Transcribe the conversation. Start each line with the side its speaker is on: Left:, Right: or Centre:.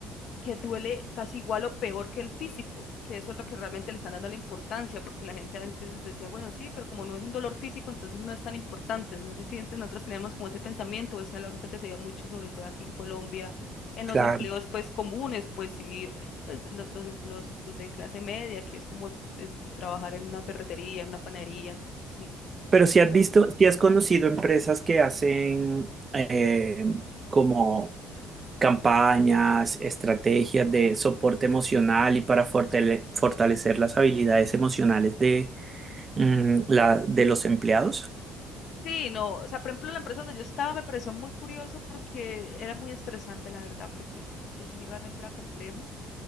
Left: que duele casi igual o peor que el físico, que eso es lo que realmente le están dando la importancia, porque la gente antes decía, bueno, sí, pero como no es un dolor físico, entonces no es tan importante. No sé si antes nosotros teníamos como ese pensamiento, esa lógica que se veía mucho, sobre todo aquí en Colombia, en los
Right: Claro.
Left: empleos pues comunes, pues ir, pues lo- lo- los, los de clase media, que es como de- de trabajar en una ferretería, en una panadería, entonces sí.
Right: Pero si has
Left: Bueno,
Right: visto, si has conocido empresas que hacen eh, como campañas, estrategias de soporte emocional y para fortale- fortalecer las habilidades emocionales de, mm, la, de los empleados.
Left: sí, no, o sea, por ejemplo, la empresa donde yo estaba me pareció muy curioso porque era muy estresante, la verdad, porque y realmente era complejo